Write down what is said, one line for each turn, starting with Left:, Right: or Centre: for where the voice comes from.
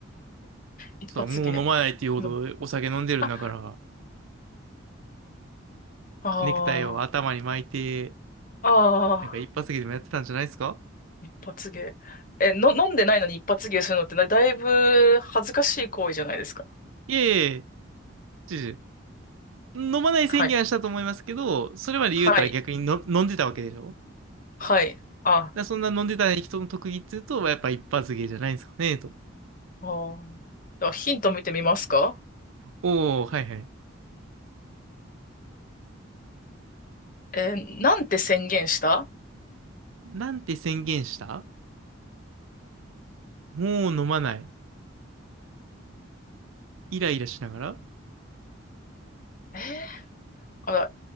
Left: 一発芸
Right: そう、もう飲まないっていうほどお酒飲んでるんだから、
Left: の。あ、あ
Right: ネクタイを頭に巻いて、
Left: あ、ああ、
Right: なんか一発芸でもやってたんじゃないですか
Left: 一発芸。え、の、飲んでないのに一発芸するのってなだいぶ恥ずかしい行為じゃないですか。
Right: いえいえ、知事。飲まない宣言はしたと思いますけど、
Left: はい。
Right: それまで言うたら逆にの飲んでたわけでしょ
Left: はい。はい。あ、
Right: だからそんな飲んでた人の特技っていうと、やっぱ一発芸じゃないんですかね、と。
Left: あーではヒント見てみますか
Right: おお、はいはい。
Left: えーなんて宣言した
Right: なんて宣言したもう飲まない。イライラしながら
Left: えーあら、